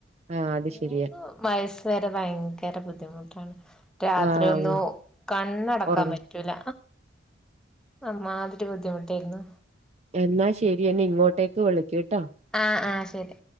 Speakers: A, on the right; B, in the centre.
A: ആഹ് അത്
B: മൂന്ന്
A: ശെരിയാ
B: വയസ് വരെ ഭയങ്കര ബുദ്ധിമുട്ടാണ് രാത്രി
A: ആഹ്
B: ഒന്നു കണ്ണടക്കാൻ
A: ഉറങ്ങ
B: പറ്റ റ്റുല അമാതിരി ബുദ്ധിമുട്ടായിരുന്നു
A: എന്നാ ശെരി എന്നെ ഇങ്ങോട്ടേക്ക് വിളിക്കുട്ടോ
B: ആഹ് ആഹ് ശരി